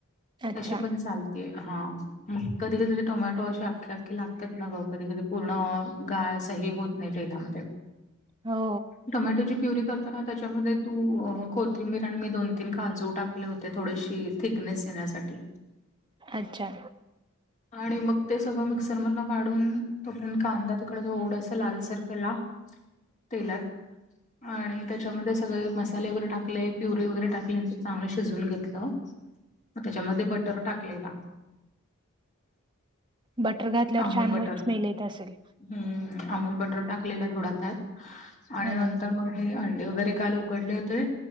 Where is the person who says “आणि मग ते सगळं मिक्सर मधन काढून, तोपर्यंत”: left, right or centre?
Left